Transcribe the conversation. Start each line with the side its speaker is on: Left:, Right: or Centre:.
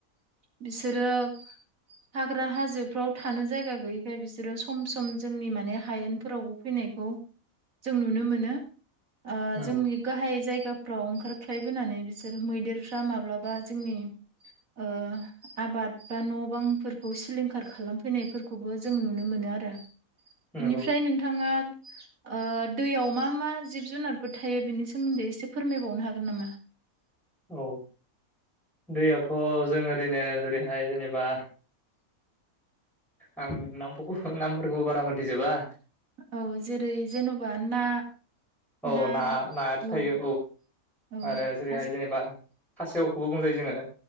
Right: बिसोरो हाग्रा हाजो फ्राव थानो जायगा गैयैखाय बिसोरो सम सम जोंनि माने हायेनफोरावबो फैनायखौ जों नुनो मोनो। ओ
Centre: औ
Right: जोंनि गाहाय जायगाफ्राव ओंखारख्लाय बोनानै बिसोर मैदेरफ्रा माब्लाबा जोंनि ओ आबाद बा न' बांफोरखौ सिलिं खार खालाम फैनायफोरखौबो जों नुनो मोनो आरो।
Centre: नंगौ
Right: बिनिफ्राय नोंथाङा ओ दैयाव मा मा जिब जुनारफोर थायो। बिनि सोमोन्दै एसे फोरमायबावनो हागोन नामा?
Centre: औ दैयावथ' जों ओरैनो जेरैहाय जेनेबा आं नामफ'खौ नामफोरखौ बारा मोनथि जोबा।
Right: औ जेरै जेन'बा ना
Centre: औ
Right: ना
Centre: नायाथ' थायो
Right: औ औ
Centre: आरो जेरैहाय
Right: खास
Centre: जेनेबा खासेवखौबो बुंजायो जोङो।